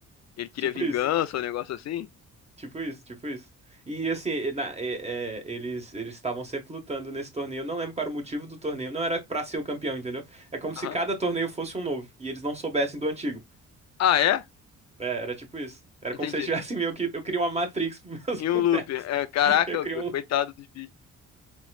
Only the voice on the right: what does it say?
Tipo
isso,
tipo isso, tipo isso. E assim, e na- é- é, eles eles estavam sempre lutando nesse torneio. Eu não lembro qual era o motivo do torneio. Não era pra ser o campeão, entendeu? É como se
cada torneio fosse um novo e eles não soubessem do antigo.
É, era tipo isso. Era
como se eu tivesse meio que. Eu queria uma Matrix pros meus
<laughs>
bonecos.
Eu queria
um.